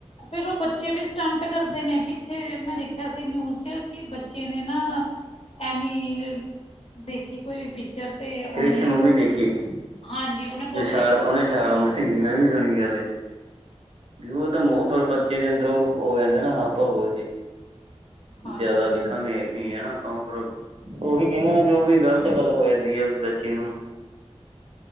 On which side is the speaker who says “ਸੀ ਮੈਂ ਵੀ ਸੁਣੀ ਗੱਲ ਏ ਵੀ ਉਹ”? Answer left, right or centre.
Right